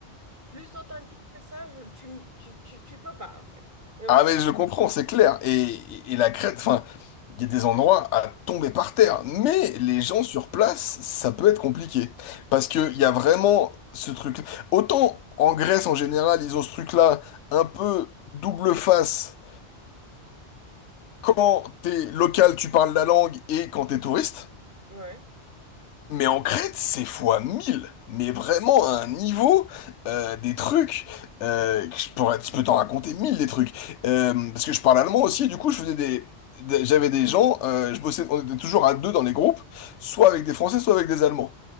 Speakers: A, on the right (about 45°); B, on the left (about 90°).
A: Plus authentique que ça, je- tu, tu, tu, tu peux pas, en fait. Mais bon,
B: Ah mais je comprends, c'est clair. Et, et- et la Crète, enfin, il y a des endroits à tomber par terre. Mais les gens sur place, ça peut être compliqué. Parce qu'il y a vraiment ce truc. Autant en Grèce en général, ils ont ce truc-là un peu double face. Quand t'es local, tu parles la langue et quand t'es touriste.
A: ouais,
B: Mais en Crète, c'est fois 1000. mais vraiment à un niveau, euh, des trucs, euh, que je pourrais, je peux t'en raconter 1000 des trucs. Euh, parce que je parle allemand aussi, du coup, je faisais des, des- j'avais des gens, euh, je bossais, on était toujours à deux dans les groupes, soit avec des Français, soit avec des Allemands.